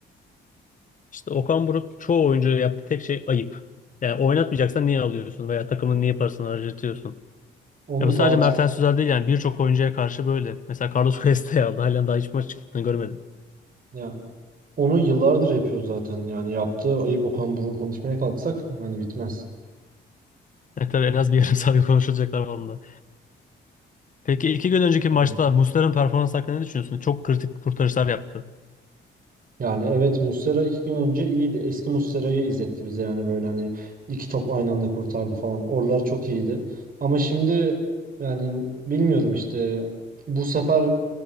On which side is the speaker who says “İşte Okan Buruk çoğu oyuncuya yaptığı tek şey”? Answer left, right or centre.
Left